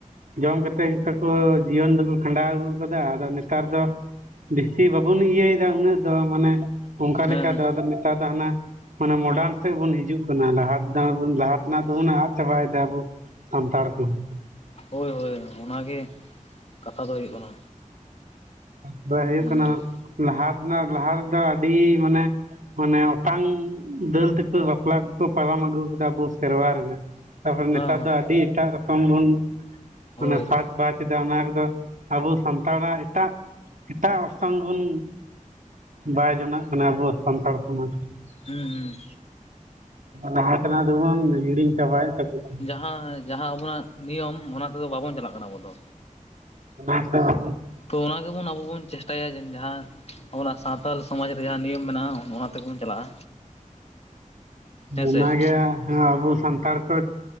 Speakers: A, on the right; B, on the left.
A: ᱡᱚᱢ ᱠᱟᱛᱮ ᱜᱮᱛᱚ ᱠᱚ ᱡᱤᱭᱚᱱ ᱫᱚᱠᱚ ᱠᱷᱟᱸᱰᱟᱣ ᱟᱹᱜᱩ ᱟᱠᱟᱫᱟ ᱟᱫᱚ ᱱᱮᱛᱟᱨ ᱫᱚ ᱵᱮᱥᱤ ᱵᱟᱵᱚᱱ ᱤᱭᱟᱹᱭ ᱫᱟ ᱩᱱᱟᱹᱜ ᱫᱚ ᱢᱟᱱᱮ ᱚᱱᱠᱟ
B: ᱦᱮᱸ
A: ᱞᱮᱠᱟ
B: ᱦᱮᱸ
A: ᱫᱚ ᱟᱫᱚ ᱱᱮᱛᱟᱨ ᱫᱚ ᱦᱟᱱᱮ ᱢᱟᱱᱮ ᱢᱚᱰᱟᱱ ᱥᱮᱫ ᱵᱚᱱ ᱦᱤᱡᱩᱜ ᱠᱟᱱᱟ ᱞᱟᱦᱟ ᱞᱟᱦᱟ ᱛᱮᱱᱟᱜ ᱫᱚᱵᱩᱱ ᱟᱫ ᱪᱟᱵᱟᱭ ᱫᱟ ᱟᱵᱚ ᱥᱟᱱᱛᱟᱲ ᱠᱚᱦᱚᱸ
B: ᱦᱳᱭ ᱦᱳᱭ ᱚᱱᱟ ᱜᱮ ᱠᱟᱛᱷᱟ ᱫᱚ ᱦᱩᱭᱩᱜ ᱠᱟᱱᱟ
A: ᱛᱟᱨ ᱯᱚᱨᱮ ᱦᱩᱭᱩᱜ
B: ᱤᱱᱟᱹᱜᱮ
A: ᱠᱟᱱᱟ ᱞᱟᱦᱟ ᱛᱮᱱᱟᱜ ᱞᱟᱦᱟ ᱫᱚ ᱟᱹᱰᱤ ᱢᱟᱱᱮ ᱢᱟᱱᱮ ᱚᱴᱟᱝ ᱫᱟᱹᱞ ᱛᱮᱠᱚ ᱵᱟᱯᱞᱟ ᱠᱚᱠᱴ ᱯᱟᱨᱚᱢ ᱟᱹᱜᱩ ᱟᱠᱟᱫᱟ ᱟᱵᱚ ᱥᱮᱨᱣᱟ ᱨᱮᱱᱟᱜ ᱛᱟᱯᱚᱨ ᱱᱮᱛᱟᱨ
B: ᱦᱮᱸ ᱦᱮᱸ
A: ᱫᱚ ᱟᱹᱰᱤ ᱮᱴᱟᱜ ᱨᱚᱠᱚᱢ ᱵᱩᱱ ᱢᱟᱱᱮ
B: ᱦᱳᱭ
A: ᱥᱟᱪᱵᱟᱪ
B: ᱦᱳᱭ
A: ᱟᱫᱚ ᱚᱱᱟ ᱠᱚᱫᱚ ᱟᱵᱚ ᱥᱟᱱᱛᱟᱲᱟᱜ ᱮᱴᱟᱜ ᱮᱴᱟᱜ ᱵᱩᱱ ᱵᱟᱭ ᱡᱚᱱᱟᱜ ᱠᱟᱱᱟ ᱟᱵᱚ ᱥᱟᱱᱛᱟᱲ ᱥᱚᱢᱟᱡᱽ ᱨᱮ
B: ᱦᱩᱸ ᱦᱩᱸ ᱦᱩᱸ
A: ᱞᱟᱦᱟ ᱛᱮᱱᱟᱜ ᱫᱚᱵᱚᱱ ᱦᱤᱲᱤᱧ ᱪᱟᱵᱟᱭᱮᱫ ᱛᱟᱵᱩᱱᱟ
B: ᱡᱟᱸᱦᱟ ᱡᱟᱸᱦᱟ ᱟᱵᱚᱱᱟᱜ ᱱᱤᱭᱚᱢ ᱚᱱᱟ ᱛᱮᱫᱚ ᱵᱟᱵᱚᱱ ᱪᱟᱞᱟᱜ ᱠᱟᱱᱟ ᱟᱹᱵᱚ ᱫᱚ᱾
A: ᱠᱟᱱᱟ
B: ᱛᱚ ᱚᱱᱟ ᱜᱮᱵᱚᱱ ᱟᱵᱚ ᱵᱚᱱ ᱪᱮᱥᱴᱟᱭᱟ ᱡᱟᱸᱦᱟ ᱚᱱᱟ ᱥᱟᱸᱣᱛᱟᱞ ᱥᱚᱢᱟᱡᱽ ᱨᱮ ᱡᱟᱦᱟᱸ ᱱᱤᱭᱚᱢ ᱢᱮᱱᱟᱜᱼᱟ ᱚᱱᱟ ᱛᱮ ᱜᱮ ᱵᱚᱱ ᱪᱟᱞᱟᱜᱼᱟ᱾ ᱦᱮᱸᱥᱮ
A: ᱚᱱᱟᱜᱮ ᱦᱮ ᱟᱵᱚ ᱥᱟᱱᱛᱟᱲ ᱠᱚ